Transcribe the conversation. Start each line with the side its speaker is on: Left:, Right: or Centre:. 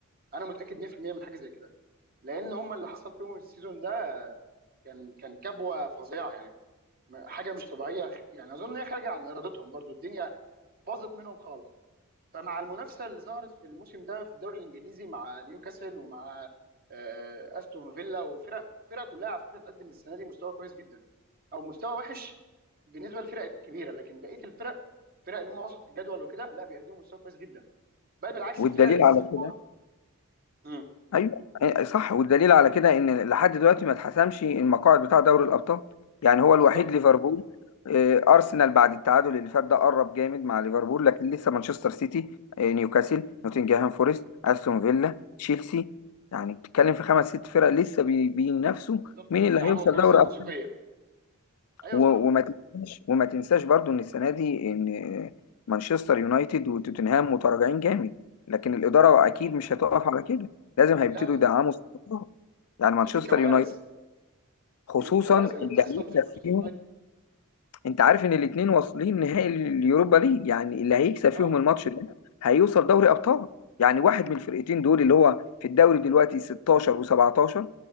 Right: انا متاكد 100% من حاجه زي كده لان هم اللي حصل فيهم السيزون ده كان كان كبوه فظيعه يعني م- حاجه مش طبيعيه يعني اظن ان هي خارجه عن ارادتهم برضو الدنيا باظت منهم خالص فمع المنافسه اللي ظهرت في الموسم ده في الدوري الانجليزي مع نيوكاسل ومع آه، استون فيلا والفرق الفرق كلها على فكره بتقدم السنه دي مستوى كويس جدا او مستوى وحش بالنسبه للفرق الكبيره لكن بقيه الفرق الفرق اللي هم وسط الجدول وكده لا بيقدموا مستوى كويس جدا بل بالعكس
Left: والدليل
Right: فرق الصفوه
Left: على كده
Right: مم.
Left: ايوه إيه، صح والدليل على كده ان لحد دلوقتي ما اتحسمش المقاعد بتاع دوري الابطال يعني هو
Right: بالظبط
Left: الوحيد ليفربول آه، ارسنال بعد التعادل اللي فات ده قرب جامد مع ليفربول لكن لسه مانشستر سيتي آه، نيوكاسل نوتنجهام فورست استون فيلا تشيلسي يعني بتتكلم في خمس ست فرق لسه بي- بينافسوا
Right: بالظبط
Left: مين
Right: بيلعبوا
Left: اللي هيوصل
Right: كراسي
Left: دوري
Right: الموسيقيه
Left: ابطال
Right: ايوه
Left: و-
Right: صح
Left: وما تنساش وما تنساش برضو ان السنه دي ان آه، مانشستر يونايتد وتوتنهام متراجعين جامد لكن الاداره اكيد
Right: بالظبط
Left: مش هتقف على كده لازم هيبتدوا
Right: لا لا
Left: يدعموا
Right: لا
Left: يعني مانشستر
Right: دي كوارث
Left: يونايتد خصوصا
Right: دي كوارث اللي
Left: اللي
Right: بتحصل
Left: هيكسب
Right: في مانشستر
Left: فيهم
Right: يونايتد
Left: انت عارف ان الاثنين واصلين نهائي اليوروبا ليج يعني اللي هيكسب فيهم
Right: اه
Left: الماتش ده هيوصل دوري ابطال يعني واحد من الفرقتين دول اللي هو في الدوري دلوقتي 16 و17